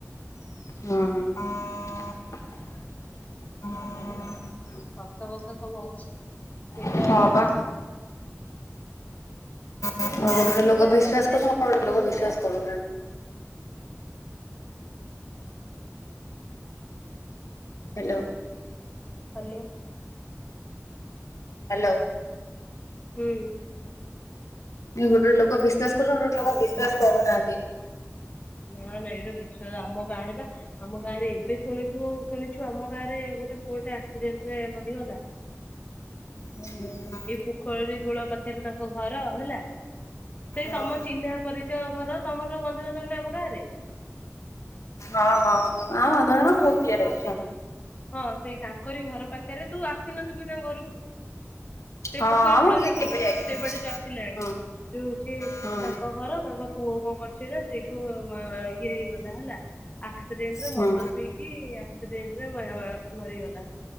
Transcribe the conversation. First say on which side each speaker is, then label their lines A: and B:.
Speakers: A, on the left; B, on the left.
A: ହୁଁ।
B: ସତ କଥା ସବୁ ଅଛି ସେଇଟା
A: ହଁ ବା
B: ତୁ
A: ଗୋଟେ
B: କେମତି ଆଣ୍ଟିହେରିଆ
A: ଗୋଟେ ଲୋକ ବିଶ୍ୱାସ
B: ଡରିଲେନି
A: କରୁଛନ୍ତି
B: ଇଏ
A: ଗୋଟେ
B: ଯେମିତି
A: ଗୋଟେ ଲୋକ
B: ହୋଉଥିଲା?
A: ବିଶ୍ୱାସ କରୁନାହାନ୍ତି ହାଲୋ।
B: ହାଲୋ।
A: ହାଲୋ।
B: ହୁଁ।
A: ଗୋଟେ ଗୋଟେ ଲୋକ ବିଶ୍ୱାସ କରୁଚନ୍ତି ଗୋଟ ଗୋଟେ ଲୋକ ବିଶ୍ୱାସ କରୁନାହାନ୍ତି।
B: ନା ନା ଏଇଟା ବିଶ୍ଵାସ ଆମ ଗାଁରେ ବା ଆମ ଗାଁ ରେ ଏବେ ଶୁଣିଚୁ ଶୁଣିଛୁ ଆମ ଗାଁରେ ଗୋଟେ ପୁଅଟେ ଆକ୍ସିଡେଣ୍ଟ ରେ ମରିଗଲା।
A: ହୁଁ ହୁଁ
B: ଏଇ ପୋଖରୀ ଗୁଳ ପାଖରେ ତାଙ୍କ ଘର ହେଲା। ସେଇ
A: ହଁ।
B: ତମ ଚିହ୍ନା ପରିଚୟ ଘର ତମର ବନ୍ଧୁବାନ୍ଧବ ନା ଆମ ଗାଁରେ?
A: ଆମ ବନ୍ଧୁବାନ୍ଧବ ବହୁତ ଇଏରେ ଅଛୁ ଆଁ।
B: ହଁ ସେଇ ତାଙ୍କରି ଘର ପାଖରେ ତୁ ଆସିନଥିବୁ କି ତାଙ୍କ ଘରୁକୁ? ସେଇ
A: ହଁ
B: ପୋଖରୀ
A: ହଁ
B: କୂଳରେ
A: ମୁଁ
B: ଦେଖିନୁ
A: ଏ କେବେ ଯାଇଥିଲି।
B: ସେ ବାଟେ ଯୋଉ ଆସିଲାଳେ
A: ହୁଁ
B: ଯୋଉଚି
A: ହୁଁ
B: ତାଙ୍କ ଘର ତାଙ୍କ ପୁଅ କଁ କରୁଚି ନା ସେଇଠୁ ଆ ଇଏ ହେଇଗଲା ହେଲା। ଆକ୍ସିଡେଣ୍ଟ ରେ
A: ହୁଁ
B: ମଦ ପିଇକି ଆକ୍ସିଡେଣ୍ଟ ରେ ମା ଆ ମରିଗଲା।